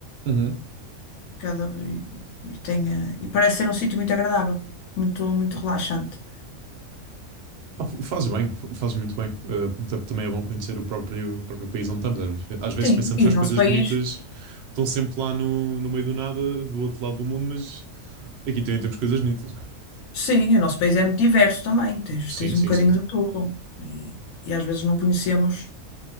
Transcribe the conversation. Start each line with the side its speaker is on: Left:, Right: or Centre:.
Right: Uhum.
Left: cada, e, e tem, eh, e parece ser um sítio muito agradável, muito, muito relaxante.
Right: Ah, f- faz bem, f- faz muito bem. Eh, tam- também é bom conhecer o próprio, o próprio país onde estamos. Às ve- às vezes
Left: Sim,
Right: pensamos
Left: e
Right: que as
Left: o nosso
Right: coisas
Left: país,
Right: bonitas estão sempre lá no, no meio do nada, do outro lado do mundo, mas aqui também temos coisas bonitas.
Left: sim, o nosso país é muito diverso também, tens,
Right: Sim,
Left: tens
Right: sim,
Left: um bocadinho
Right: sim.
Left: de tudo. E, e às vezes não conhecemos,